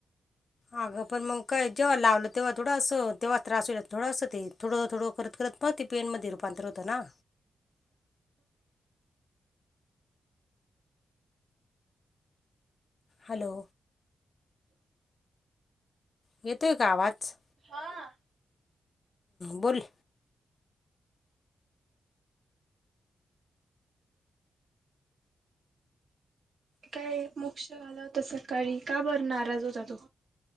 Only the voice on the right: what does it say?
हां.
काय मोक्ष आला होता सकाळी, का बरं नाराज होता तो?